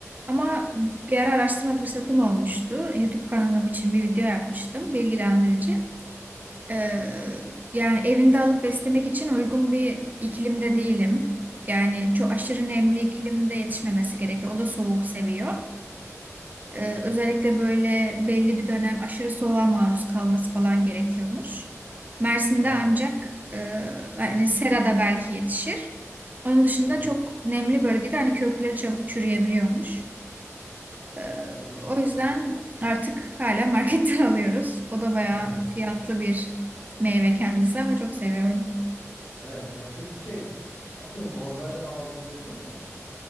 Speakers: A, on the right; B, on the left.
A: Ama bir ara araştırma fırsatım olmuştu. YouTube kanalım için bir video yapmıştım, bilgilendirici. Ee, yani evinde alıp beslemek için uygun bir iklimde değilim. Yani çok aşırı nemli iklimde yetişmemesi gerekiyor. O da soğuk seviyor. Ee,
B: Hı hı.
A: özellikle böyle belli bir dönem aşırı soğuğa maruz kalması falan gerekiyormuş. Mersin'de
B: Aa.
A: ancak e, hani serada belki yetişir. Onun dışında
B: Hı hı.
A: çok nemli bölgede hani kökleri çabuk çürüyebiliyormuş. Ee,
B: Hı.
A: o yüzden artık hala marketten <laughs> alıyoruz. O da bayağı
B: <laughs>
A: fiyatlı bir meyve kendisi ama çok seviyorum.
B: Evet, e, peki şey <laughs> bonsai aldım dedin ya.